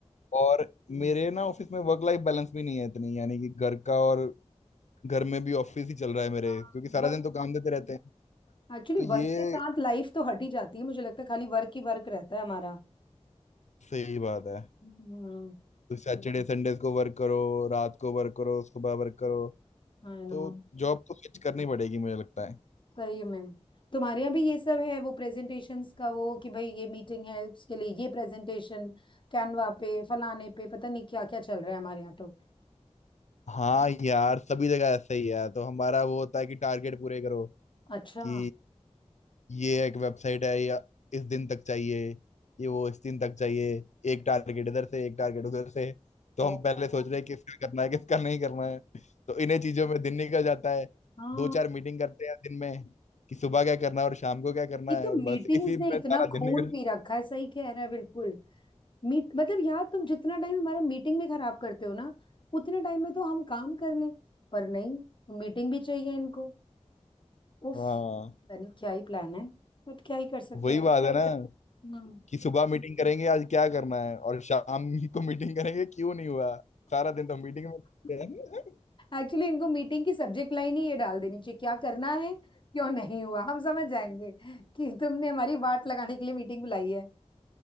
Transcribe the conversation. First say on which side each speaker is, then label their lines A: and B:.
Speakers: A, on the left (about 80°); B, on the left (about 45°).
A: और
B: हम्म।
A: मेरे ना ऑफिस में वर्क लाइफ बैलेंस भी नहीं है इतनी यानी कि घर का और घर में भी ऑफिस ही चल रहा है मेरे
B: हाँ
A: क्योंकि सारा
B: वर्क
A: दिन तो काम देते रहते हैं
B: एक्चुअली
A: तो ये
B: वर्क के साथ लाइफ तो हट ही जाती है मुझे लगता है खाली वर्क ही वर्क रहता है हमारा
A: सही बात है
B: हम्म
A: तो सैटरडे संडे को वर्क करो रात को वर्क करो सुबह वर्क करो
B: I
A: तो
B: no
A: जॉब तो स्विच करनी पड़ेगी मुझे लगता है
B: सही में तुम्हारे यहाँ भी ये सब है वो प्रेजेंटेशंस का वो कि भाई ये मीटिंग है उसके लिए ये प्रेजेंटेशन कैनवा पे फलाने पे पता नहीं क्या क्या चल रहा है हमारे यहाँ तो
A: हाँ यार सभी जगह ऐसा ही है तो हमारा वो होता है कि टारगेट पूरे करो
B: अच्छा
A: कि ये एक वेबसाइट है या इस दिन तक चाहिए ये वो इस दिन तक चाहिए एक टारगेट इधर से एक टारगेट उधर से तो
B: ओ,
A: हम पहले
B: ओ
A: सोच रहे हैं किसका करना है किसका नहीं करना है तो इन्हीं चीजों में दिन निकल जाता है
B: हाँ
A: दो चार मीटिंग करते हैं दिन में कि सुबह क्या करना है और शाम को क्या करना
B: एक
A: है
B: तो
A: और
B: मीटिंग्स
A: बस इसी में
B: ने इतना
A: सारा
B: खून
A: दिन निकल
B: पी रखा है सही कह रहा है बिल्कुल मीट मतलब यार तुम जितना टाइम हमारा मीटिंग में खराब करते हो ना उतने टाइम में तो हम काम कर लें पर नहीं मीटिंग भी चाहिए इनको उफ
A: हाँ
B: पता नहीं क्या ही प्लान है बट क्या ही कर सकते
A: वही बात है ना
B: हैं
A: कि सुबह मीटिंग करेंगे आज क्या करना है और शाम को मीटिंग करेंगे क्यों नहीं हुआ सारा दिन तो मीटिंग में
B: एक्चुअली इनको मीटिंग की सब्जेक्ट लाइन ही ये डाल देनी चाहिए क्या करना है क्यों नहीं हुआ हम समझ जाएंगे कि तुमने हमारी वाट लगाने के लिए मीटिंग बुलाई है